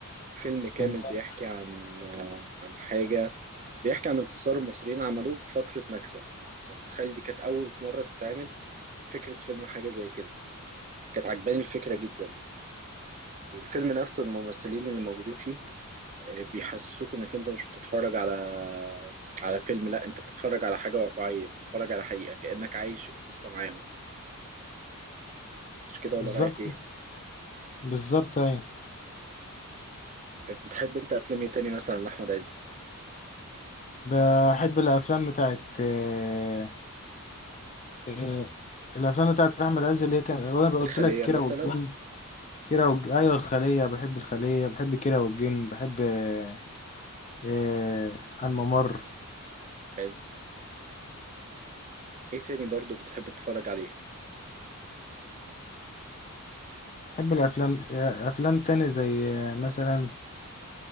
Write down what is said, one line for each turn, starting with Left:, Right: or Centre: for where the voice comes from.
Right: فيلم كامل
Left: كان جامد.
Right: بيحكي عن آه، عن حاجة بيحكي عن انتصار المصريين عملوه في فترة نكسة متخيل دي كانت أول مرة تتعمل فكرة فيلم حاجة زي كده كانت عجباني الفكرة جدا والفيلم نفسه الممثلين اللي موجودين فيه بيحسسوك انك انت مش بتتفرج على على فيلم لا انت بتتفرج على حاجة واقعية بتتفرج على حقيقة كأنك عايش القصة معاهم مش كده
Left: بالظبط
Right: ولا رأيك ايه
Left: بالظبط ايوه
Right: بتحب انت افلام ايه تاني مثلا لأحمد عز
Left: بحب الافلام بتاعت آه، آه، الافلام بتاعت احمد عز اللي هي كان وانا قلت
Right: الخلية
Left: لك كيرة
Right: مثلا
Left: والجن كيرة والج... ايوه الخليه بحب الخليه بحب كيرة والجن بحب آه، آه، الممر
Right: حلو ايه تاني برضو بتحب تتفرج عليه
Left: بحب الافلام آه، افلام تاني زي آه، مثلا